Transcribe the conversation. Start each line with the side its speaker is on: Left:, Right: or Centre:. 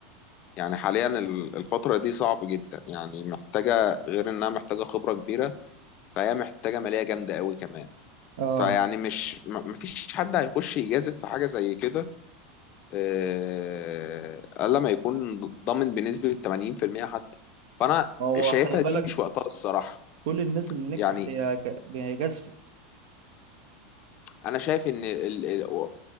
Left: يعني حاليا ال- الفتره دي صعب جدا يعني محتاجه غير انها محتاجه خبره كبيره فهي محتاجه ماليه جامده قوي كمان
Right: اه
Left: فيعني مش م- مفيش حد هيخش يجازف في حاجه زي كده آه، قال لما يكون ضامن بنسبة 80% حتى فأنا
Right: ما هو
Left: شايفها
Right: خلي
Left: دي
Right: بالك
Left: مش وقتها الصراحة
Right: كل الناس اللي
Left: يعني
Right: نجحت هي ك- هي جازفة
Left: أنا شايف إن ال- ال-